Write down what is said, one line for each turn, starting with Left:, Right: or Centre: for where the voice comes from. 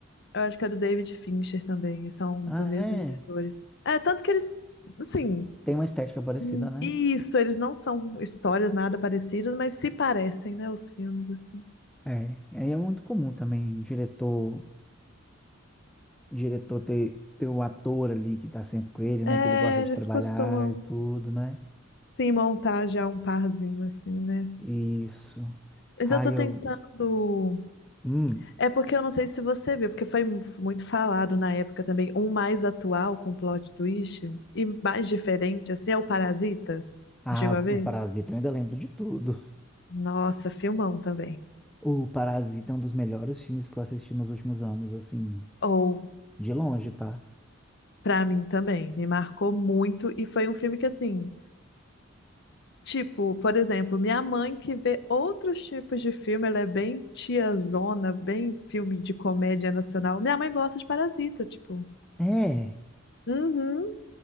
Left: eu acho que é do David Fincher também, e são
Centre: Ah,
Left: do mesmo
Centre: é.
Left: diretores. É, tanto que eles, assim,
Centre: Tem uma estética parecida,
Left: hum,
Centre: né?
Left: isso, eles não são histórias nada parecidas, mas se parecem, né, os filmes, assim.
Centre: É, e aí é muito comum também diretor, diretor ter, ter o ator ali que tá sempre com ele, né?
Left: É,
Centre: Que ele gosta
Left: eles
Centre: de trabalhar
Left: costumam,
Centre: e tudo, né?
Left: sim, montar já um parzinho, assim, né?
Centre: Isso.
Left: Mas
Centre: Ai,
Left: eu tô tentando
Centre: eu. Hum.
Left: É porque eu não sei se você viu, porque foi mu- muito falado na época também, um mais atual com plot twist e mais diferente, assim, é o Parasita.
Centre: Ah,
Left: Você chegou a ver?
Centre: no Parasita eu ainda lembro de tudo.
Left: Nossa, filmão também.
Centre: O Parasita é um dos melhores filmes que eu assisti nos últimos anos, assim,
Left: Ou,
Centre: de longe, tá?
Left: pra mim também, me marcou muito e foi um filme que, assim, tipo, por exemplo, minha mãe que vê outros tipos de filme, ela é bem tiazona, bem filme de comédia nacional. Minha mãe gosta de Parasita, tipo.
Centre: É,
Left: Uhum,